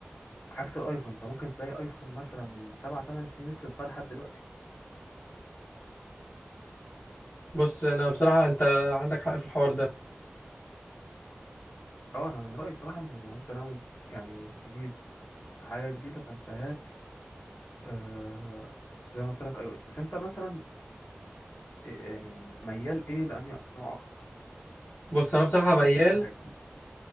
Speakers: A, on the left; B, on the left.
A: عكس الايفون انت ممكن تلاقي ايفون مثلا من سبع ثمان سنين لسه بقى لحد دلوقتي
B: بص انا بصراحه انت عندك حق في الحوار ده
A: اه انا من رايي بصراحه ان لو انت ناوي يعني تجيب حاجه جديده فانت هات آه زي ما قلت لك اي او اس بس انت مثلا إيه- يعني ميال ايه لاني نوع اكتر
B: بص انا بصراحه
A: من
B: ميال
A: حيث كل حاجه